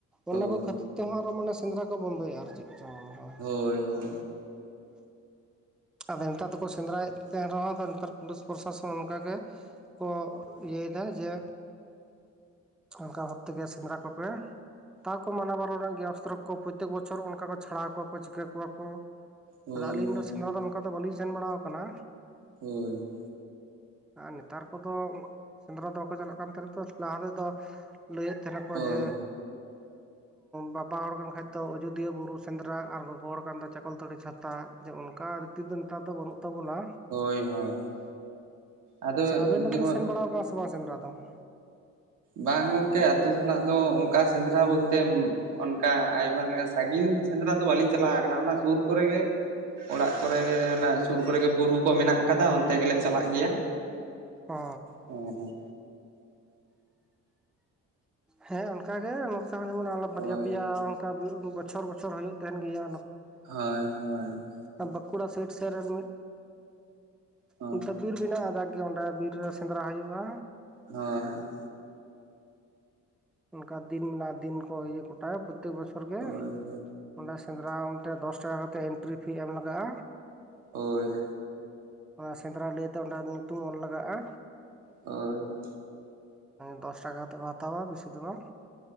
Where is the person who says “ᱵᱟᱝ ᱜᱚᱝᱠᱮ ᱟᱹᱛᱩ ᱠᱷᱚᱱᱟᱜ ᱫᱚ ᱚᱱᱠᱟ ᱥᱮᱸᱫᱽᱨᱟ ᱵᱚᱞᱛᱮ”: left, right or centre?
Right